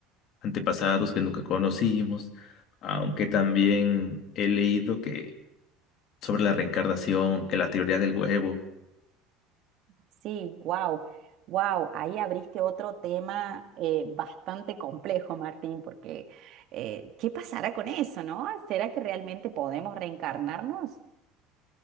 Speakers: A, on the left; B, on the right.
A: antepasados que nunca conocimos, aunque también he leído que sobre la reencarnación, que la teoría del huevo,
B: Sí, wow, wow, ahí abriste otro tema eh, bastante complejo, Martín, porque eh, ¿qué pasará con eso, no? ¿Será que realmente podemos reencarnarnos?